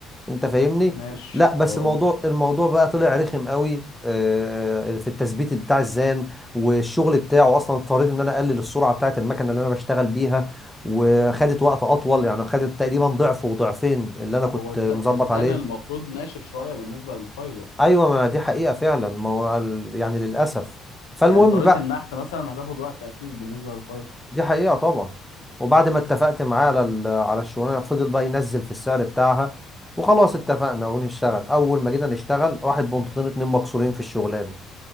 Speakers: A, in the centre; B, on the left.
A: انت فاهمني
B: ماشي
A: لا بس
B: خلاص
A: الموضوع الموضوع بقى طلع رخم قوي آه، في التثبيت بتاع الزان والشغل بتاعه اصلا اضطريت ان انا اقلل السرعة بتاعة المكنة اللي انا بشتغل بيها وخدت وقت اطول يعني خدت تقريبا ضعف وضعفين اللي انا كنت
B: هو الز-
A: مظبط
B: الزان
A: عليه
B: المفروض ناشف شويه بالنسبه للفايبر
A: ايوه ما دي حقيقة فعلا ما هو ال- يعني للاسف فالمهم
B: يعني طريقه
A: بقى
B: النحت مثلا هتاخد وقت اكيد بالنسبه للفايبر
A: دي حقيقة طبعا وبعد ما اتفقت معاه على ال- على الشغلانة فضل بقى ينزل في السعر بتاعها وخلاص اتفقنا ونشتغل أول ما جينا نشتغل راحت بنطتين اتنين مكسورين في الشغلانة